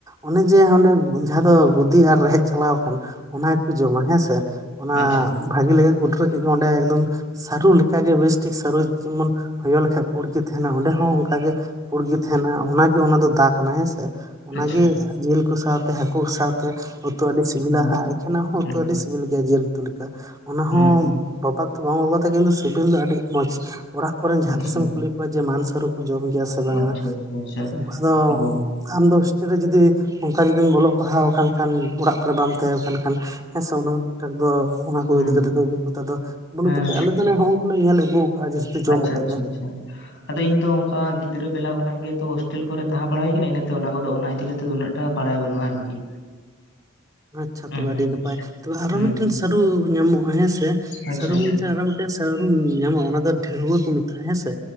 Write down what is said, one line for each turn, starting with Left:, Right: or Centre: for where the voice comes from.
Right: ᱚᱱᱮ ᱡᱮ ᱚᱸᱰᱮ ᱡᱟᱦᱟᱸ ᱫᱚ ᱜᱩᱫᱤ ᱟᱨ ᱨᱮᱦᱮᱫ ᱪᱟᱞᱟᱣ ᱟᱠᱟᱱ ᱚᱱᱟ ᱜᱮᱠᱚ ᱡᱚᱢᱟ ᱦᱮᱸ ᱥᱮ, ᱚᱱᱟ
Left: ᱟᱪᱪᱷᱟ
Right: ᱵᱷᱟᱜᱮ ᱞᱮᱠᱟ ᱠᱚ ᱠᱩᱴᱨᱟᱹ ᱠᱮᱫ ᱜᱮ ᱚᱸᱰᱮ ᱮᱠᱫᱚᱢ ᱥᱟᱹᱨᱩ ᱞᱮᱠᱟᱜᱮ ᱵᱮᱥ ᱴᱷᱤᱠ ᱥᱟᱹᱨᱩ ᱡᱮᱢᱚᱱ ᱦᱚᱭᱚ ᱞᱮᱠᱷᱟᱡ ᱯᱩᱰ ᱜᱮ ᱛᱟᱦᱮᱱᱟ ᱚᱸᱰᱮ ᱦᱚᱸ ᱚᱱᱠᱟᱜᱮ ᱯᱩᱲ ᱜᱮ ᱛᱟᱦᱮᱱᱟ ᱚᱱᱟ ᱜᱮ ᱚᱱᱟ ᱫᱚ ᱫᱟ ᱠᱟᱱᱟ, ᱦᱮᱸᱥᱮ, ᱚᱱᱟᱜᱮ
Left: ᱟᱪᱪᱷᱟ
Right: ᱡᱮᱞ ᱠᱚ ᱥᱟᱶᱛᱮ ᱦᱟᱹᱠᱩ ᱠᱚ ᱥᱟᱶ ᱛᱮ ᱩᱛᱩ ᱟᱹᱰᱤ ᱥᱤᱵᱤᱞᱟ
Left: ᱦᱮᱸ
Right: ᱦᱟᱸᱜ, ᱮᱠᱷᱮᱱᱟᱜ ᱦᱚᱸ ᱩᱛᱩ
Left: ᱦᱩᱸ
Right: ᱟᱹᱰᱤ ᱥᱤᱵᱤᱞ ᱜᱮᱭᱟ ᱡᱮᱞ ᱩᱛᱩ ᱞᱮᱠᱟ᱾ ᱚᱱᱟ
Left: ᱦᱮᱸ
Right: ᱦᱚᱸ ᱵᱟᱵᱟᱛᱽ ᱛᱚ ᱵᱟᱝ ᱵᱟᱵᱟᱛᱟ ᱠᱤᱱᱛᱩ ᱥᱤᱵᱤᱞ ᱫᱚ ᱟᱹᱰᱤ ᱢᱚᱸᱡᱽ, ᱚᱲᱟᱜ ᱠᱚᱨᱮᱱ ᱡᱟᱦᱟᱸ
Left: ᱟᱪᱪᱷᱟ
Right: ᱛᱤᱥᱮᱢ ᱠᱩᱞᱤ ᱠᱚᱣᱟ ᱡᱮ ᱢᱟᱱ ᱥᱟᱹᱨᱩ ᱠᱚ ᱡᱚᱢ ᱜᱮᱭᱟ ᱥᱮ ᱵᱟᱝᱟ,
Left: ᱟᱪᱪᱷᱟ ᱟᱪᱪᱷᱟ ᱟᱪᱪᱷᱟ
Right: ᱟᱫᱚ
Left: ᱚ
Right: ᱟᱢ ᱫᱚ ᱦᱳᱥᱴᱮᱞ ᱨᱮ ᱡᱩᱫᱤ ᱚᱝᱠᱟ ᱡᱩᱫᱤᱢ ᱚᱞᱚᱜ ᱯᱟᱲᱦᱟᱣ ᱟᱠᱟᱱ ᱠᱷᱟᱱ ᱚᱲᱟᱜ ᱠᱚᱨᱮ ᱵᱟᱢ ᱛᱟᱦᱮᱸᱣ ᱟᱠᱟᱱ ᱠᱷᱟᱱ ᱦᱮᱸ ᱥᱮ ᱚᱱᱟᱴᱟᱜ ᱫᱚ ᱚᱱᱟ ᱠᱚ
Left: ᱦᱩᱸ
Right: ᱤᱫᱤ ᱠᱟᱛᱮᱜ ᱫᱚ ᱚᱵᱷᱤᱜᱚᱛᱟ ᱫᱚ ᱵᱟᱹᱱᱩᱜ
Left: ᱦᱮᱸ
Right: ᱛᱟᱯᱮᱭᱟ, ᱟᱞᱮ ᱫᱚᱞᱮ ᱦᱚᱸᱜ-ᱚᱝᱠᱟ ᱞᱮ ᱧᱮᱞ ᱟᱹᱜᱩ ᱠᱟᱜᱼᱟ ᱡᱮᱦᱮᱛᱩ ᱡᱚᱢ
Left: ᱟᱪᱪᱷᱟ
Right: ᱠᱟᱜ-ᱟ
Left: ᱟᱪᱪᱷᱟ
Right: ᱞᱮ᱾
Left: ᱟᱪᱪᱷᱟ ᱟᱫᱚ ᱤᱧ ᱫᱚ ᱚᱝᱠᱟ ᱜᱤᱫᱽᱨᱟᱹ ᱵᱮᱞᱟ ᱠᱷᱚᱱᱟᱜ ᱜᱮ ᱛᱚ ᱦᱳᱥᱴᱮᱞ ᱠᱚᱨᱮ ᱛᱟᱦᱮᱸ ᱵᱟᱲᱟ ᱦᱩᱭ ᱠᱟᱱᱟ, ᱤᱱᱟᱹ ᱛᱮ ᱚᱱᱟ ᱠᱚᱫᱚ ᱚᱱᱟ ᱤᱫᱤ ᱠᱟᱛᱮ ᱫᱚ ᱩᱱᱟᱹᱜ ᱴᱟ ᱵᱟᱲᱟᱭ ᱵᱟᱹᱱᱩᱜᱼᱟ ᱟᱨᱠᱤ᱾
Right: ᱟᱪᱪᱷᱟ
Left: ᱦᱩᱸ
Right: ᱛᱚᱵᱮ ᱟᱹᱰᱤ ᱱᱟᱯᱟᱭ, ᱛᱚᱵᱮ ᱟᱨᱚ
Left: ᱦᱩᱸ
Right: ᱢᱮᱜᱴᱮᱱ ᱥᱟᱹᱨᱩ ᱧᱟᱢᱚᱜᱼᱟ ᱦᱮᱸ ᱥᱮ,
Left: ᱟᱪᱪᱷᱟ
Right: ᱥᱟᱹᱨᱩ ᱢᱤᱫ ᱡᱟᱭᱜᱟ ᱨᱮ ᱢᱤᱫ ᱴᱮᱱ ᱥᱟᱹᱨᱩ ᱧᱟᱢᱚᱜᱼᱟ ᱚᱱᱟ ᱫᱚ ᱰᱷᱟᱹᱨᱣᱟ ᱠᱚ ᱢᱮᱛᱟᱜᱼᱟ ᱦᱮᱸ ᱥᱮ,